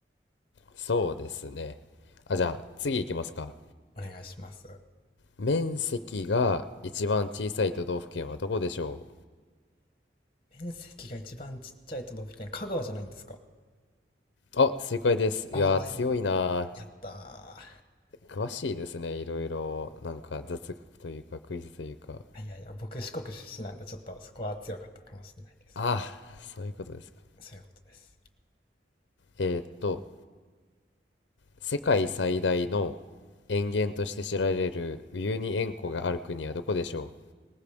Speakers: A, on the left; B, on the left.
A: そうですね。あ、じゃあ、次いきますか。
B: お願いします。
A: 面積が一番小さい都道府県はどこでしょ
B: 面積が一番ちっちゃい都道府県、香川じゃないんですか
A: うあ、正解です。いやー、
B: ああー、
A: 強いなー。
B: やったー
A: 詳しいですね、いろいろ。なんか、雑学というか、クイズというか。
B: あいやいや、僕四国出身なんで、ちょっとそこは強かったかもしれないです。
A: あー、そういうことですか。
B: そういうことです。
A: えーと、世界最大の塩原として知られるウユニ塩湖がある国はどこでしょ